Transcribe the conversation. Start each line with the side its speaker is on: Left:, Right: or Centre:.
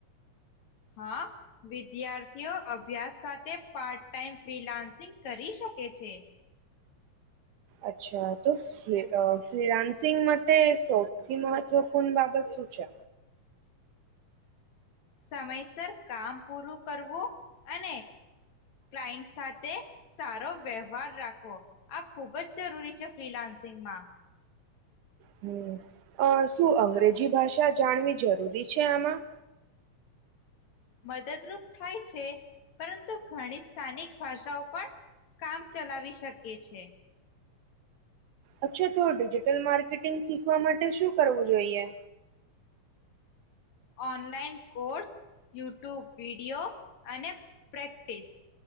Left: હા વિદ્યાર્થીઓ અભ્યાસ સાથે પાર્ટ ટાઈમ ફ્રીલાાન્સિંગ કરી શકે છે.
Right: અચ્છા. તો ફી ફિલાન્સિંગ માટે સૌથી મહત્વપૂર્ણ બાબત શું છે.
Left: સમયસર કામ પૂરું કરવું અને, ક્લાયન્ટ સાથે સારો વ્યવહાર રાખવો આ ખુબ જ જરૂરી છે ફ્રીલાન્સિંગમાં.
Right: હમ્મ અ શું અંગ્રેજી ભાષા જાણવી જરૂરી છે. આમાં
Left: મદદરૂપ થાય છે પરંતુ ઘણી સ્થાનિક ભાષાઓ પણ કામ ચલાવી શકે છે.
Right: અચ્છા તો ડિજિટલ માર્કેટિંગ શીખવા માટે શું કરવું જોઈએ.
Left: ઓનલાઈન કોર્સ યુટ્યુબ વિડીયો અને પ્રેક્ટિસ